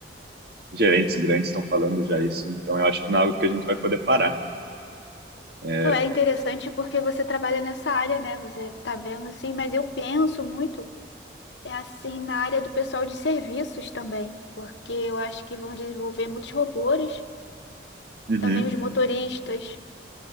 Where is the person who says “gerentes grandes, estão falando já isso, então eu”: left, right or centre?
Right